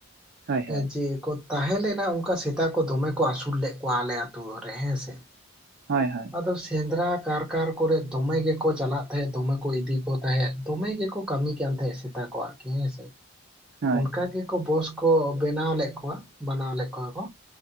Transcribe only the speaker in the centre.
ᱮ ᱡᱮ ᱠᱚ ᱛᱟᱦᱮᱸ ᱞᱮᱱᱟ ᱚᱱᱠᱟ ᱥᱮᱛᱟ ᱠᱚ ᱫᱚᱢᱮ ᱠᱚ ᱟᱹᱥᱩᱞ ᱞᱮᱫ ᱠᱚᱣᱟ ᱟᱞᱮ ᱟᱛᱳ ᱨᱮ ᱦᱮᱸ ᱥᱮ,
ᱟᱫᱚ ᱥᱮᱫᱽᱨᱟ ᱠᱟᱨᱠᱟᱨ ᱠᱚᱨᱮᱜ ᱫᱚᱢᱮ ᱜᱮᱠᱚ ᱪᱟᱞᱟᱜ ᱛᱟᱦᱮᱸᱫ ᱫᱚᱢᱮ ᱠᱚ ᱤᱫᱤ ᱠᱚ ᱛᱟᱦᱮᱸᱫ᱾ ᱫᱚᱢᱮ ᱜᱮᱠᱚ ᱠᱟᱹᱢᱤ ᱠᱟᱱ ᱛᱟᱦᱮᱸᱜ ᱥᱮᱛᱟ ᱠᱚ ᱟᱨᱠᱤ ᱦᱮᱸᱥᱮ᱾
ᱚᱱᱠᱟ ᱜᱮᱠᱚ ᱵᱚᱥ ᱠᱚ ᱵᱮᱱᱟᱣ ᱞᱮᱫ ᱠᱚᱣᱟ ᱢᱟᱱᱟᱣ ᱞᱮᱜ ᱠᱚᱣᱟ ᱠᱚ᱾